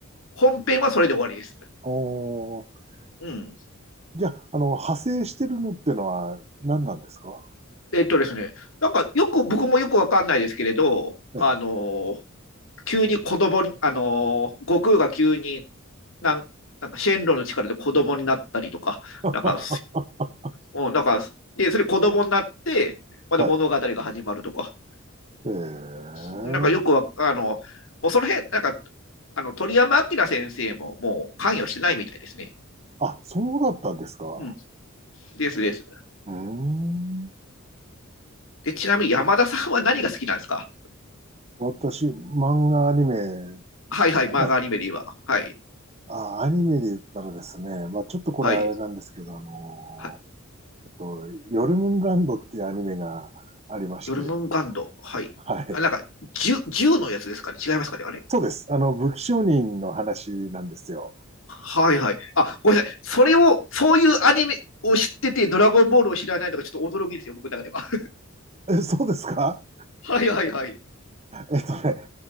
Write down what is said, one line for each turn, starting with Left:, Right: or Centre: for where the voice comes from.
Left: 本編はそれで終わりです。
Right: おー、
Left: うん。
Right: じゃあ、あの、派生してるのってのは何なんですか
Left: えっとですね、なんかよく、僕もよくわかんないですけれど、
Right: ええ。
Left: あの急に子供に、あの悟空が急になん、なんかシェンロンの力で子供になったりとか、
Right: <laughs>
Left: なんか
Right: は
Left: うん、なんか、で、それ子供になって、まだ物語が始まるとか、
Right: い。ええ。
Left: なんかよくわあの、もうその辺、なんか、あの鳥山明先生ももう関与してないみたいですね。
Right: あ、そうだったんですか。
Left: うん、ですです。
Right: うーん。
Left: で、ちなみに山田さんは何が好きなんですか
Right: 私、漫画アニメだ
Left: はいはい、漫画アニメで言えば。
Right: ね。
Left: はい、
Right: あ、アニメで言ったらですね、まあちょっとこれあれなんですけど、
Left: はい、
Right: あの
Left: はい。
Right: えっと、ヨルムンガンドっていうアニメがありまして、
Left: ヨルムンガンド。はい。
Right: はい。
Left: あ、なんか、銃、銃のやつですかね違いますかねあれ。
Right: そうです。あの、武器商人の話なんですよ。
Left: はいはい。あ、ごめんなさい。それを、そういうアニメを知ってて、ドラゴンボールを知らないのがちょっと驚きですよ、僕の中では。
Right: え、そうですか
Left: <laughs> はいはいはい。
Right: えっとね、